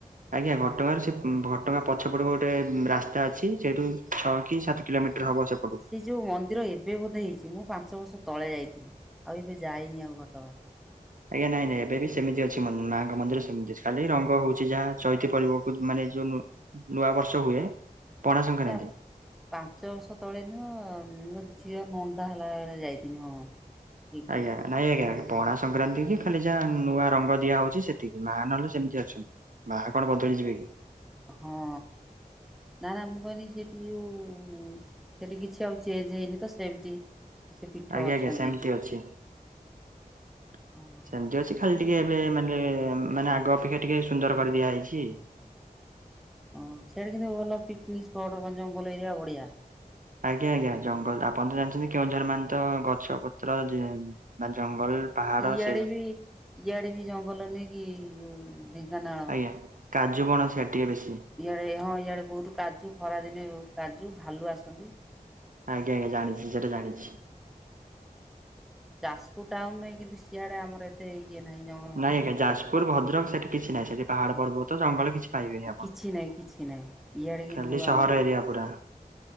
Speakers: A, on the right; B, in the centre.
A: ଆଜ୍ଞା ଘଟଗାଁର ସେ ଘଟଗାଁ ପଛପଟେ ଗୋଟେ ରାସ୍ତା ଅଛି ସେଇଠୁ ଛଅ କି ସାତ କିଲୋମିଟର ହବ ସେ
B: ସେ ଯୋଉ ମନ୍ଦିର ଏବେ ବୋଧେ ହେଇଛି ମୁଁ ପାଞ୍ଚ ବର୍ଷ ତଳେ ଯାଇଥିଲି ଆଉ ଏବେ ଯାଇନି ଆଉ ଘଟଗାଁ।
A: ଆଜ୍ଞା ନାଇଁ ନାଇଁ ଏବେ ବି ସେମିତି ଅଛି ମାଆଙ୍କ ମନ୍ଦିର ସେମିତି ଅଛି ଖାଲି ରଙ୍ଗ ହଉଛି ଯାହା ଚୈତି ପର୍ବକୁ ମାନେ ଯୋଉ ନୂଆବର୍ଷ ହୁଏ ପଣା ସଂକ୍ରାନ୍ତି।
B: ନା ପାଞ୍ଚ ବର୍ଷ ତଳେନି ମୋ ଝିଅ ନଣ୍ଡା ହେଲା ବେଳେ ଯାଇଥିନି ହଁ। ଠିକ୍ ଠିକ୍
A: ଆଜ୍ଞା। ନାଇଁ ଆଜ୍ଞା ପଣା ସଂକ୍ରାନ୍ତି କି ଖାଲି ଯାହା ନୂଆ ରଙ୍ଗ ଦିଆ ହଉଛି ସେତିକି, ମାଆ ନହଲେ ସେମିତି ଅଛନ୍ତି। ମାଆ କଣ ବଦଳି ଯିବେ କି?
B: ହଁ ନା ନା ମୁଁ କହିନି ସେଠି ଯୋଉ ସେଠି କିଛି ଆଉ ଚେଞ୍ଜ ହେଇନି ତ ସେମିତି ସେ ପିଠ
A: ଆଜ୍ଞା
B: ଅଛନ୍ତି
A: ଆଜ୍ଞା ସେମିତି
B: ଏଇକ୍ଷିଣୀ।
A: ଅଛି। <inaudible>
B: ଓହୋ।
A: ସେମତି ଅଛି ଖାଲି ଟିକେ ଏବେ ମାନେ ମାନେ ଆଗ ଅପେକ୍ଷା ଟିକେ ସୁନ୍ଦର କରିଦିଆ ହେଇଛି।
B: ଓ ସିଆଡେ କିନ୍ତୁ ଭଲ ପିକନିକ ସ୍ପଟ ମାନେ ଜଙ୍ଗଲ ଏରିଆ ବଢିଆ।
A: ଆଜ୍ଞା ଆଜ୍ଞା ଜଙ୍ଗଲ ଆପଣ ତ ଜାଣିଛନ୍ତି କେଉଁଝର ମାନେ ତ ଗଛ ପତ୍ର ଯେ ବା ଜଙ୍ଗଲ
B: ହୁଁ
A: ପାହାଡ
B: ଇଆଡେ
A: ସେ
B: ବି ଇଆଡେ ବି ଜଙ୍ଗଲ ନେଇକି ଏଇ ଯୋଉ ଢେଙ୍କାନାଳ
A: ଆଜ୍ଞା କାଜୁ ବଣ ସିଆଡେ ଟିକେ ବେଶୀ।
B: ଇଆଡ଼େ ହଁ ଇଆଡ଼େ ବହୁତ କାଜୁ ଖରା ଦିନେ ବହୁତ କାଜୁ ଭାଲୁ ଆସନ୍ତି।
A: ଆଜ୍ଞା ଆଜ୍ଞା ଜାଣିଛି ସେଟା ଜାଣିଛି।
B: ଯାଜପୁର ଟାଉନରେ କିନ୍ତୁ ସିଆଡେ ଆମର ଏ ଏତେ ଇଏ ନାହିଁ ଜଙ୍ଗଲ ଫଙ୍ଗଲ
A: ନାଇଁ ଆଜ୍ଞା ଯାଜପୁର, ଭଦ୍ରକ, ସେଠି କିଛି ନାଇଁ। ସେଠି ପାହାଡ଼, ପର୍ବତ, ଜଙ୍ଗଲ କିଛି ପାଇବେନି ଆପଣ।
B: କିଛି ନାହିଁ କିଛି ନାହିଁ ଇଆଡ଼େ
A: ଖାଲି
B: କିନ୍ତୁ
A: ସହର
B: ଆମର
A: ଏରିଆ ପୁରା।